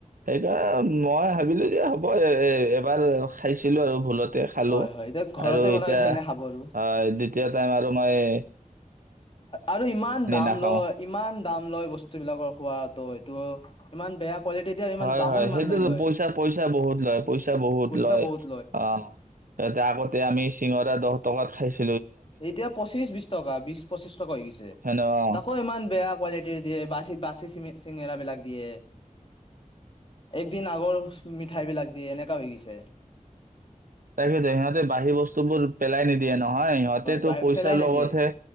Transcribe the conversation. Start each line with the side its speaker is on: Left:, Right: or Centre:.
Right: সেইকাৰণে মই ভাবিলো যে হ'ব এ এবাৰ খাইছো দিলো আৰু ভুলতে খালো
Left: হয় হয় এতিয়া ঘৰতে
Right: আৰু
Left: বনাই
Right: এতিয়া
Left: সেইকাৰণে খাব আৰু।
Right: অ দ্বিতীয় টাইম আৰু মান! হয়ে
Left: আৰু ইমান দাম
Right: নাখাও।
Left: লয় ইমান দাম লয় বস্তু বিলাকৰ খোৱাতো সেইটো ইমান বেয়া কোৱালিটি দিয়ে আৰু ইমান
Right: হয়
Left: দামো
Right: হয়
Left: ইমান
Right: সেইটোতো
Left: লৈ লয়
Right: পইচা পইচা বহুত লয় পইচা বহুত
Left: পইচা
Right: লয়
Left: বহুত
Right: অ তাতে আগতে আমি চিঙৰা দহ টকাত খাইছো
Left: এতিয়া পঁচিশ বিশ টকা বিশ পঁচিশ টকা হৈ গিছে
Right: হেন অ।
Left: তাকো ইমান বেয়া কোৱালিটিৰ দিয়ে বা বাচি চিনি চিঙেৰা বিলাক দিয়ে একদিন আগৰ মিঠাই বিলাক দিয়ে এনেকা হৈ গৈছে।
Right: তাৰপিছত সিহঁতে বাঢ়ী বস্তুবোৰ পেলাই নিদিয়ে নহয় হয় সিহঁতে
Left: বাহিৰ
Right: তটো পইচাৰ
Left: ফেলাই
Right: লগতহে
Left: নিদিয়ে